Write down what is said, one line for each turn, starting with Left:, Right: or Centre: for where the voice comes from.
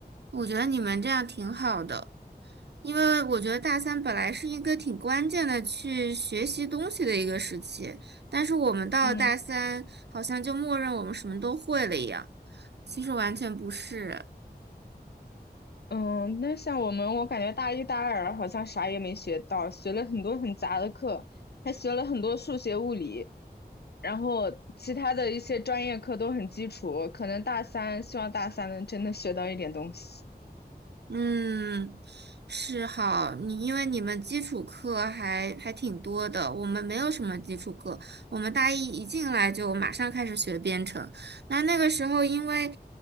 Right: 我觉得你们这样挺好的，因为我觉得大三本来是一个挺关键的去学习东西的一个时期，但是我们到了大三，
Left: 嗯
Right: 好像就默认我们什么都会了一样，其实完全不是。
Left: 嗯，那像我们，我感觉大一、大二好像啥也没学到，学了很多很杂的课，还学了很多数学、物理，然后其他的一些专业课都很基础。可能大三，希望大三能真的学到一点东西。
Right: 嗯，是好，你因为你们基础课还还挺多的，我们没有什么基础课，我们大一一进来就马上开始学编程，那那个时候因为